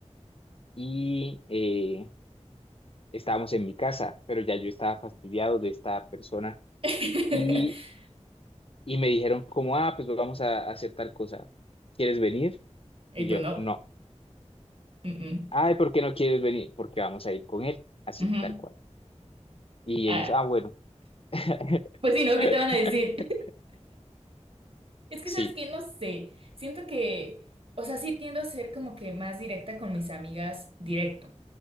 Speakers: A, on the left (about 50°); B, on the right (about 50°).
A: y eh, estábamos en mi casa, pero ya yo estaba fastidiado de esta persona
B: <laughs>
A: y, y me dijeron como, ah, pues vamos a hacer tal cosa, ¿quieres venir?
B: ¿Y
A: Y
B: tú
A: yo,
B: no?
A: no.
B: Mm, mm.
A: Ay, ¿por qué no quieres venir? Porque vamos a ir con él, así,
B: Ujú.
A: tal cual. Y
B: Ah,
A: ellos, ah, bueno. <laughs>
B: pues sí, ¿no? ¿Qué te van a decir? Es que,
A: Sí,
B: ¿sabes qué? No sé. Siento que, o sea, sí tiendo a ser como que más directa con mis amigas directo.